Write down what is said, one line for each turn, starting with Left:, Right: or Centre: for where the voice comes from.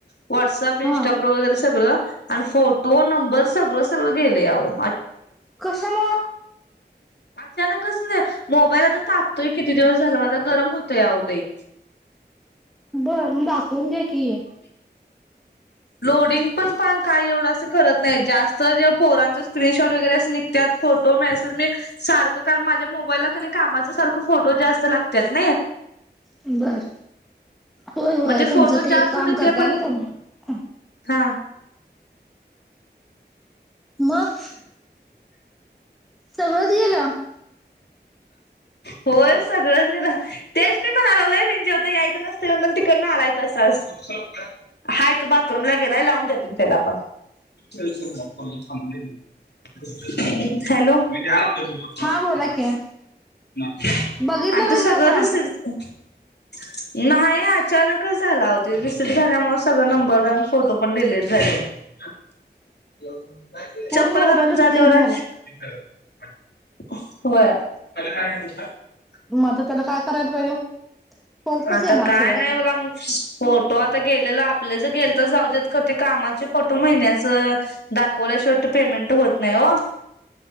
Left: व्हॉटसअप इंस्टाग्राम
Centre: हा
Left: वगैरे सगळं आणि फोटो नंबर सगळं सगळ गेलयं. अहो!
Centre: कश्यामुळं?
Left: अचानकचं! मोबाईल आता त तापतोय किती दिवस झाला माझा गरम होतोय, अहो! लय.
Centre: बरं दाख दाखवून घ्या कि?
Left: लोडींग पण काय एवढं असं करत नाही. जास्त असं पोरांचं स्क्रीनशॉट वगैरे असं निघत्यात. फोटो मेसेज मी सारखं काल माझ्या मोबाईलला क कामाच सारख फोटो जास्त लागत्यात नाय.
Centre: बऱं होय होय
Left: मग ते
Centre: तुमचं
Left: फोटो
Centre: ते
Left: जास्त
Centre: काम
Left: होते
Centre: करताय,
Left: ते पण
Centre: ना तुम्ही
Left: हा.
Centre: मग सगळंच गेलं
Left: होय! सगळंच गेलं. तेच मी <unintelligible> तेच म्हणाय लागलोय, बिन जेवता यायचं <unintelligible> तिकडनं आलाय तसाच हाय तो बाथरूमला गेलाय लावून देतो, त्याला <unintelligible> <unintelligible> हॅलो! <unintelligible> <unintelligible>
Centre: हा बोला की बघितलं
Left: आणि ते सगळ
Centre: ना त्याचा
Left: <unintelligible> नाही अचानकच झाला हो, तो रिसिट झाल्यामुळे सगळं नंबर न फोटो पण <unintelligible> झाले. जेव जा.
Centre: पूर्ण मोबाईलच क्लीन झाला
Left: <unintelligible> होय. <unintelligible>
Centre: म आता त्याला काय करायला पाहिजे? परत कसं
Left: आता
Centre: येणार
Left: काय
Centre: सगळं
Left: नाही
Centre: आता
Left: बघा, फोटो आता गेलेला आपले जे गेलतं ते जाऊ देत खरं ते कामाचे फोटो महिन्याचं दाखवल्याशिवट पेमेंट होत नाही, हो